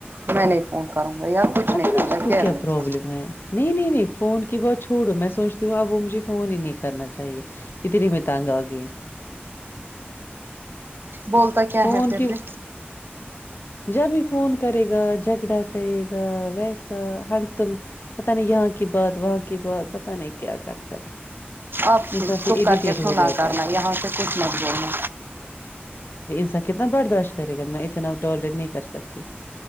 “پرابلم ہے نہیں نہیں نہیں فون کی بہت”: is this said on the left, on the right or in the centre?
Left